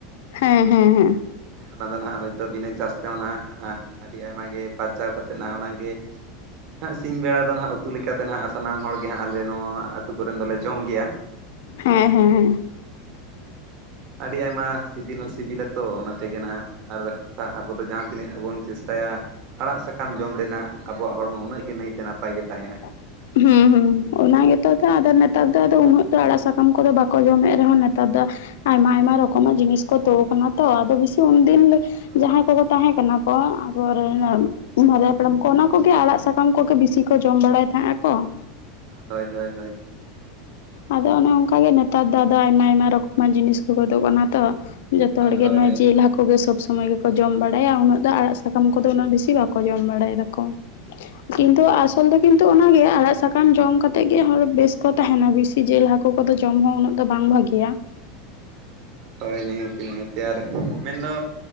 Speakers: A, on the left (about 70°); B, on the right (about 50°).
A: ᱦᱮᱸ ᱦᱮᱸ ᱦᱮᱸ ᱾
B: ᱦᱮᱸ ᱚᱱᱟ ᱫᱚ ᱱᱟᱜ ᱦᱳᱭᱛᱳ ᱵᱤᱱᱟᱹ ᱪᱟᱥ ᱛᱮᱦᱚᱸ ᱱᱟᱦᱟᱜ ᱟᱹᱰᱤ ᱟᱭᱢᱟᱜᱮ ᱯᱟᱨᱪᱟᱣ ᱠᱟᱛᱮᱫ ᱦᱟᱜ ᱚᱱᱟᱜᱮ ᱱᱟᱜ ᱥᱤᱧ ᱵᱮᱲᱟ ᱫᱚ ᱱᱟᱦᱟᱜ ᱩᱛᱩ ᱞᱮᱠᱟᱛᱮ ᱱᱟᱜ ᱥᱟᱱᱟᱢ ᱦᱚᱲ ᱜᱮ ᱦᱟᱸᱜ ᱟᱞᱮ ᱱᱚᱣᱟ ᱟᱹᱛᱩ ᱠᱚᱨᱮᱱ ᱫᱚᱞᱮ ᱡᱚᱢ ᱜᱮᱭᱟ ᱾
A: ᱦᱮᱸ ᱦᱮᱸ ᱦᱮᱸ ᱾
B: ᱦᱮᱸ ᱟᱹᱰᱤ ᱟᱭᱢᱟ ᱥᱤᱵᱤᱞ ᱦᱚᱸ ᱥᱤᱵᱤᱞᱟᱛᱚ ᱚᱱᱟ ᱛᱮᱜᱮ ᱱᱟᱦᱟᱜ ᱟᱨ ᱟᱵᱚ ᱫᱚ ᱡᱟᱦᱟᱸ ᱛᱤᱱᱟᱹᱜ ᱵᱚᱱ ᱪᱮᱥᱴᱟᱭᱟ ᱟᱲᱟᱜ ᱥᱟᱠᱟᱢ ᱡᱚᱢ ᱨᱮᱱᱟᱜ ᱟᱵᱚᱣᱟᱜ ᱦᱚᱲᱢᱚ ᱩᱱᱟᱹᱜ ᱜᱮ ᱱᱟᱹᱭᱛᱮ ᱱᱟᱯᱟᱭ ᱜᱮ ᱛᱟᱦᱮᱸᱜᱼᱟ ᱾
A: <unintelligible> ᱦᱩᱸ ᱦᱩᱸ ᱚᱱᱟ ᱜᱮᱛᱚ ᱫᱟ ᱟᱫᱚ ᱱᱮᱛᱟᱨ ᱫᱚ ᱟᱫᱚ ᱩᱱᱟᱹ ᱛᱚ ᱟᱲᱟᱜ ᱥᱟᱠᱟᱢ ᱠᱚᱨᱮ ᱵᱟᱠᱚ ᱡᱚᱢᱮᱜ ᱨᱮᱦᱚᱸ ᱱᱮᱛᱟᱨ ᱫᱚ ᱟᱭᱢᱟ ᱟᱭᱢᱟ ᱨᱚᱠᱚᱢᱟᱜ ᱡᱤᱱᱤᱥ ᱠᱚ ᱛᱳᱜ ᱟᱠᱟᱱᱟ ᱛᱚ ᱟᱫᱚ ᱵᱮᱥᱤ ᱩᱱᱫᱤᱱ
B: ᱦᱳᱭ
A: ᱡᱟᱦᱟᱸᱭ ᱠᱚ ᱛᱟᱦᱮᱸᱠᱟᱱᱟ ᱠᱚ ᱟᱵᱚᱨᱮᱱ ᱢᱟᱨᱮ ᱦᱟᱯᱲᱟᱢ ᱠᱚ ᱚᱱᱟ ᱠᱚᱜᱮ ᱟᱲᱟᱜ ᱥᱟᱠᱟᱢ ᱠᱚᱜᱮ ᱵᱤᱥᱤ ᱠᱚ ᱡᱚᱢ ᱵᱟᱲᱟᱭ ᱛᱟᱦᱮᱸᱜᱼᱟ ᱠᱚ ᱾
B: ᱦᱳᱭ ᱦᱳᱭ ᱦᱳᱭ ᱾
A: ᱟᱫᱚ ᱚᱱᱮ ᱚᱱᱠᱟᱜᱮ ᱱᱮᱛᱟᱨ ᱫᱚ ᱫᱟ ᱟᱭᱢᱟ ᱟᱭᱢᱟ ᱨᱚᱠᱚᱢᱟᱱ ᱡᱤᱱᱤᱥ ᱠᱚ ᱛᱳᱜ ᱠᱟᱱᱟ ᱛᱚ ᱾ ᱡᱚᱛᱚ ᱦᱚᱲ
B: ᱦᱳᱭ
A: ᱜᱮ ᱱᱚᱜᱼᱚᱭ ᱡᱮᱞ ᱦᱟ ᱠᱚᱜᱮ ᱥᱚᱵᱽ ᱥᱚᱢᱚᱭ ᱜᱮᱠᱚ ᱡᱚᱢ ᱵᱟᱲᱟᱭᱟ ᱾ ᱩᱱᱟᱹᱜ ᱫᱚ ᱟᱲᱟᱜ ᱥᱟᱠᱟᱢ ᱠᱚᱫᱚ ᱩᱱᱟᱹᱜ ᱵᱤᱥᱤ ᱵᱟᱠᱚ ᱡᱚᱢ ᱵᱟᱲᱟᱭ ᱫᱟᱠᱚ ᱾ ᱠᱤᱱᱛᱩ ᱟᱥᱚᱞ ᱫᱚ ᱠᱤᱱᱛᱩ ᱚᱱᱟᱜᱮ ᱟᱲᱟᱜ ᱥᱟᱠᱟᱢ ᱡᱚᱢ ᱠᱟᱛᱮᱜ ᱜᱮ ᱦᱚᱲ ᱵᱮᱥ ᱠᱚ ᱛᱟᱦᱮᱱᱟ ᱵᱤᱥᱤ ᱾ ᱡᱤᱞ ᱦᱟᱹᱠᱩ ᱠᱚᱫᱚ ᱡᱚᱢ ᱦᱚᱸ ᱩᱱᱟᱹᱜ ᱫᱚ ᱵᱟᱝ ᱵᱷᱟᱹᱜᱮᱭᱟ ᱾
B: ᱦᱳᱭ ᱱᱤᱦᱟᱹᱛᱤ ᱱᱤᱦᱟᱹᱛᱤ ᱟᱨ ᱢᱮᱱᱫᱚ